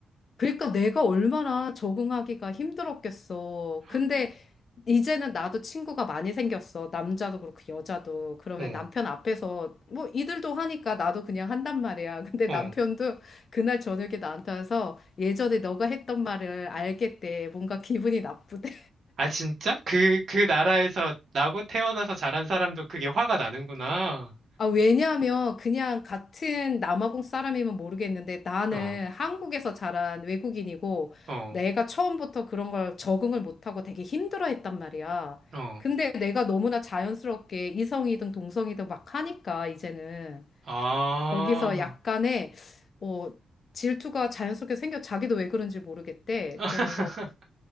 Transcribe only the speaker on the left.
그러니까 내가 얼마나 적응하기가 힘들었겠어.
근데 이제는 나도 친구가 많이 생겼어. 남자도 그렇고 여자도. 그러면
남편 앞에서 뭐 이들도 하니까 나도 그냥 한단 말이야. <laughs> 근데
남편도 그날 저녁에 나한테 와서 예전에 너가 했던 말을 알겠대. 뭔가 기분이 나쁘대.
아, 왜냐하면 그냥 같은 남아공 사람이면 모르겠는데 나는
한국에서 자란 외국인이고
내가 처음부터 그런 걸 적응을 못하고 되게 힘들어 했단 말이야.
근데 내가 너무나 자연스럽게 이성이든 동성이든 막 하니까 이제는
거기서 약간의 어, 질투가 자연스럽게 생겨 자기도 왜 그런지 모르겠대.
그러면서